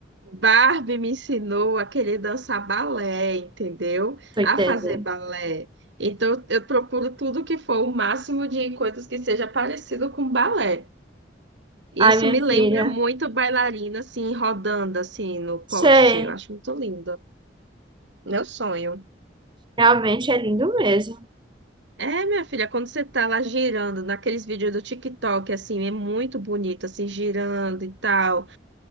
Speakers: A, on the right; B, on the right.
A: Barbie me ensinou a querer dançar balé, entendeu?
B: Tô entendendo.
A: A fazer balé. Então, eu procuro tudo que for o máximo de coisas que seja parecido com balé. Isso
B: Ai, minha
A: me lembra
B: filha.
A: muito bailarina, assim, rodando, assim, no poste.
B: Sei.
A: Eu acho muito lindo. Meu sonho.
B: Realmente é lindo mesmo.
A: É, minha filha, quando você tá lá girando, naqueles vídeos do TikTok, assim, é muito bonito, assim, girando e tal.